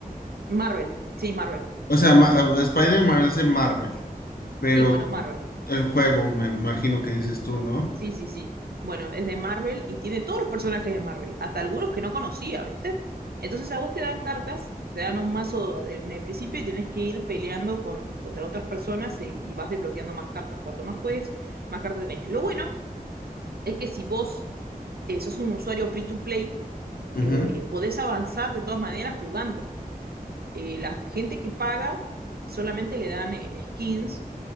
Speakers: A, on the right; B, on the left.
A: Marvel, sí, Marvel.
B: O sea, Ma- eh, Spider-Man es de Marvel, pero
A: Sí, bueno, Marvel.
B: el juego, me imagino que dices tú, ¿no?
A: Sí, sí, sí. Bueno, es de Marvel y tiene todos los personajes de Marvel, hasta algunos que no conocía, ¿viste? Entonces a vos te dan cartas, te dan un mazo de- en el principio y tenés que ir peleando con, contra otras personas y, y vas desbloqueando más cartas. Cuanto más juegues, más cartas tenés. Lo bueno es que si vos eh, sos un usuario free to play,
B: Ujú.
A: eh, podés avanzar de todas maneras jugando. Eh, la gente que paga solamente le dan eh, skins